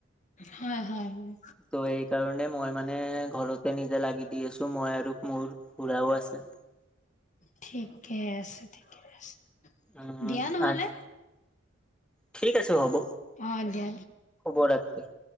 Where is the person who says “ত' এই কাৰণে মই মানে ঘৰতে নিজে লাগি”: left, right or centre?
Centre